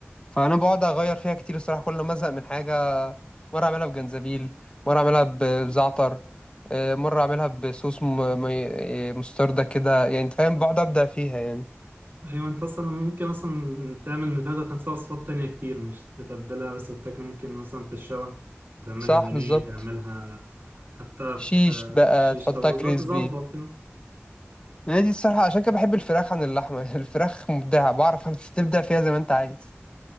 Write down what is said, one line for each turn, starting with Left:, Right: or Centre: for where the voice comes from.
Left: فانا بقعد اغير فيها كتير الصراحه كل ما ازهق من حاجه مرة أعملها بجنزبيل مرة أعملها ب- بزعتر آه، مرة أعملها بصوص م- م- آه، مستردة كده يعني أنت فاهم بقعد أبدع فيها يعني
Right: أيوة أنت أصلا ممكن أصلا تعمل من الفراخ ذات نفسها وصفات تانية كتير مش تتبلها بس وتاكل ممكن مثلا تشوى تعملها
Left: صح
Right: بانيه
Left: بالظبط
Right: تعملها حتى
Left: شيش
Right: في
Left: بقى
Right: شيش
Left: تحطها
Right: طاووق
Left: كريسبي
Right: تظبط كده
Left: هي دي الصراحة عشان كده بحب الفراخ عن اللحمة <laughs> الفراخ مبدعة بعرف تبدع فيها زي ما أنت عايز